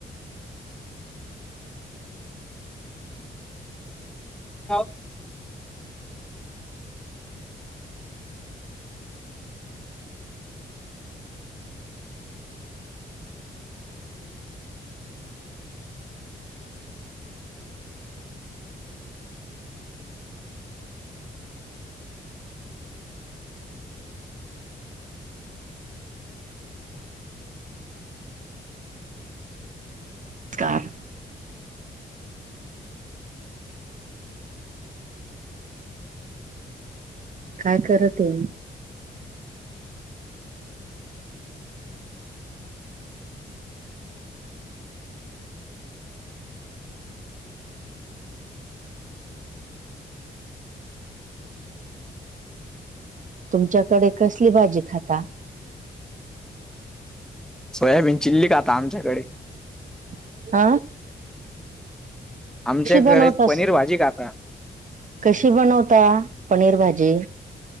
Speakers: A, in the centre; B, on the right (about 45°).
A: हाव.
B: काय. काय करते. तुमच्याकडे कसली भाजी खाता?
A: सोयाबीन चिल्ली खाता, आमच्याकडे.
B: ह. अ.
A: आमच्याकडे,
B: बनवतास?
A: पनीर भाजी खाता.
B: कशी बनवता?, पनीर भाजी.